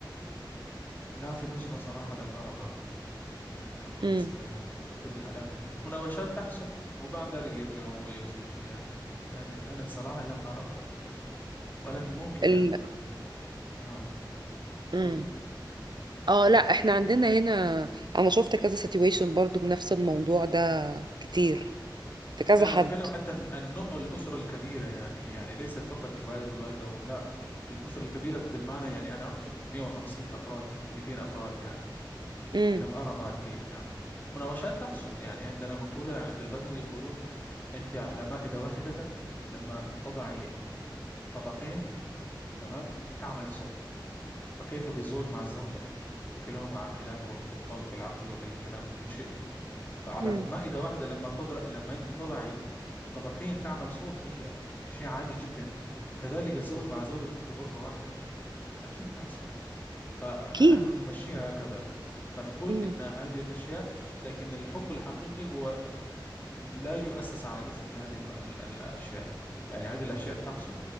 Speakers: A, on the left; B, on the right.
A: في الأسرة صراحة لم أرى بعد يعني يعني لو
B: امم
A: تس... لو تقول لي على مناوشات تحصل وبعد ذلك يرجعوا ويجلسوا يعني يعني أنا صراحة لم أرى بعد يعني ولكن ممكن
B: ال...
A: أن نعم
B: مم.
A: قولي
B: اه لا احنا عندنا هنا انا شفت كذا سيتويشن برضو بنفس الموضوع ده كتير في كذا
A: أنا
B: حد
A: أتكلم حتى عن عن نوع الأسرة الكبيرة يعني يعني ليست فقط الوالد والوالدة ولا الأسرة الكبيرة بالمعنى يعني أنا أقصد 150 أفراد 200 أفراد يعني
B: امم
A: لم أرى بعد فيهم نعم مناوشات تحصل يعني عندنا مقولة عند البدو يقولون أنت على مائدة واحدة لما تضعي طبقين تمام تعمل صوت فكيف بالزوج مع الزوجة وكلاهما عاقلان وتفاوت في العقل وفي الكلام في كل شيء فعلى
B: امم
A: مائدة واحدة لما تضر... لما أنت تضعي الطبقين تعمل صوت هي شيء عادي جدا فكذلك الزوج مع زوجة في غرفة واحدة أكيد تحصل فنحن
B: اكيد
A: نمشيها هكذا فنقول
B: امم
A: إن هذه الأشياء لكن الحب الحقيقي هو لا يؤسس على مثل هذه الم- ال- ال- الأشياء يعني هذه الأشياء تحصل